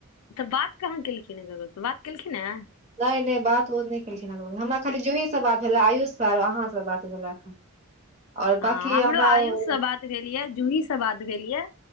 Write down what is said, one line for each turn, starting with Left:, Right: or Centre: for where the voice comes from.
Left: तऽ बात कहाँ केलखिन ह ककरोसँ बात केलखिन ह
Right: नहि नहि बात ओ नहि केलखिन ह केकरो हमरा खाली जूहीसँ बात भेला आयुष सँ अहाँ सँ बात भेलाक आओर
Left: हँ
Right: बकी
Left: हमरो
Right: हमरा
Left: आयुषसँ
Right: ओ
Left: बात भेल ये जूही स बाद भेल ये